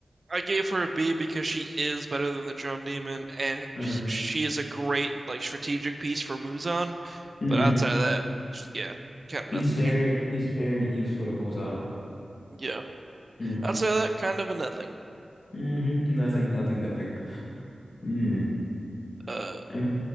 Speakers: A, on the right (about 50°); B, on the left (about 65°).
A: I gave her a B because she is better than the Drum Demon, and
B: Uh,
A: she is a great like strategic piece for Muzan.
B: hmm
A: But outside of that, yeah, kind of
B: He's
A: nothing.
B: very he's very useful to Muzan.
A: Yeah.
B: Mm,
A: Outside of that, kind of a nothing.
B: hmm Nothing, nothing, nothing. Mm.
A: Uh,
B: Um,